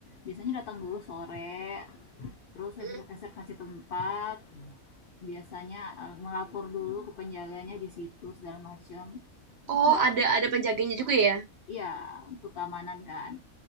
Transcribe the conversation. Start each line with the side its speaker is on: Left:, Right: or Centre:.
Left: biasanya datang dulu sore, terus
Right: Mm.
Left: reservasi tempat biasanya eh, melapor dulu ke penjaganya di situ segala macam terus
Right: oh
Left: udah
Right: ada ada penjaganya juga ya
Left: iya untuk keamanan kan